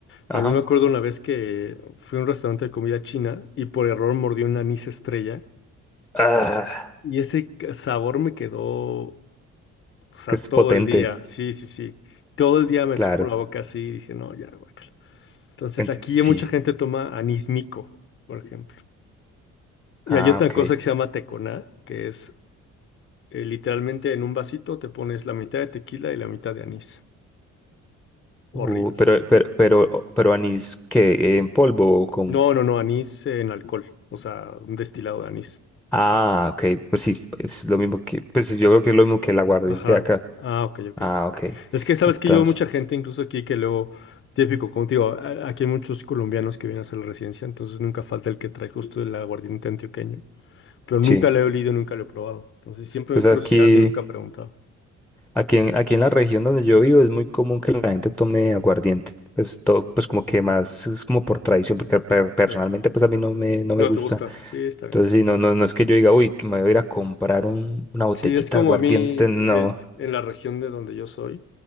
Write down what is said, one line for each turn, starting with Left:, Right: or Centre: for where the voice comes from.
Centre: Ajá.
Left: también me acuerdo una vez que fui a un restaurante de comida china y por error mordí un anís estrella
Centre: Ah,
Left: y ese c- sabor me quedó, o sea,
Centre: es que es
Left: todo
Centre: potente,
Left: el día. Sí, sí, sí. Todo el día me
Centre: claro.
Left: supo la boca así y dije, no, ya, guacala. Entonces
Centre: En-
Left: aquí
Centre: sí.
Left: mucha gente toma anís mico por ejemplo. Y
Centre: Ah,
Left: hay otra
Centre: ok.
Left: cosa que se llama teconá, que es eh, literalmente en un vasito te pones la mitad de tequila y la mitad de anís. Horrible.
Centre: Uh, pero, pero, pero, pero anís que en polvo o con
Left: No, no, no, anís en alcohol, o sea, un destilado de anís.
Centre: Ah, ok, pues sí, es lo mismo que, pues sí, yo creo que es lo mismo que el aguardiente
Left: Ajá.
Centre: de acá.
Left: Ah, ok, ok.
Centre: Ah, ok.
Left: Es que sabes
Centre: Entonces,
Left: que yo mucha gente, incluso aquí, que luego, típico como contigo, a- aquí hay muchos colombianos que vienen a hacer la residencia, entonces nunca falta el que trae justo el aguardiente antioqueño. Pero nunca
Centre: sí,
Left: lo he olido, nunca lo he probado. Entonces siempre
Centre: pues
Left: me da
Centre: aquí,
Left: curiosidad y nunca he preguntado.
Centre: aquí en, aquí en la región donde yo vivo es muy común que la gente tome aguardiente. Pues todo, pues como que más, es como por tradición, porque per- personalmente
Left: Sí.
Centre: pues a mí no me, no me
Left: No
Centre: gusta.
Left: te gusta. Sí, está
Centre: Entonces,
Left: bien.
Centre: sí, no, no, no es que yo diga, uy, que me voy a ir a comprar un, una botellita
Left: Sí, es como
Centre: de aguardiente,
Left: a mí,
Centre: no,
Left: eh, en la región de donde yo soy,